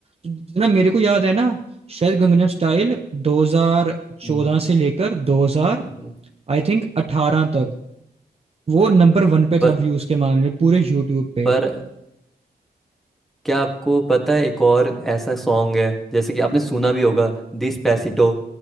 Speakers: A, on the right; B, in the centre.
A: तो जितना मेरे को याद है ना शायद गंगनम स्टाइल 2014
B: हम्म,
A: से लेकर 2000
B: हम्म,
A: आई थिंक 18 तक
B: हम्म।
A: वो नंबर वन पे
B: पर
A: था व्यूज के मामले में पूरे यूट्यूब पे
B: पर क्या आपको पता है एक और ऐसा सॉन्ग है जैसे कि आपने सुना भी होगा डिस्पेसिटो